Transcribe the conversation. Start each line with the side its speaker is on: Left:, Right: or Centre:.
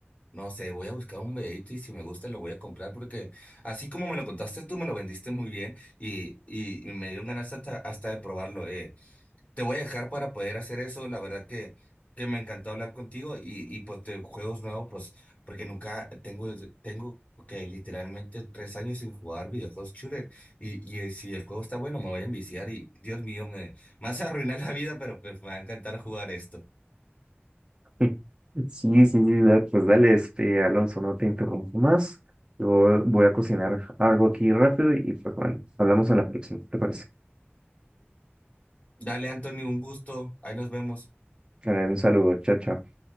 Left: no sé, voy a buscar un videito y si me gusta lo voy a comprar porque así como me lo contaste tú, me lo vendiste muy bien y, y, y me dieron ganas hasta, hasta de probarlo. Eh. Te voy a dejar para poder hacer eso. La verdad que, que me encantó hablar contigo y, y pues de juegos nuevos, pues porque nunca tengo, tengo que literalmente tres años sin jugar videojuegos shooter y, y eh, si el juego está bueno me voy a enviciar y Dios mío, me, me vas a arruinar la vida, pero pues me va a encantar jugar esto.
Right: <laughs> Sí, sí, sí, da- pues dale, este, Alonso, no te interrumpo más. Yo voy a cocinar algo aquí rápido y pues bueno, hablamos en la próxima, ¿te parece?
Left: Dale, Anthony, un gusto. Ahí nos vemos.
Right: Dale, un saludo, chao, chao.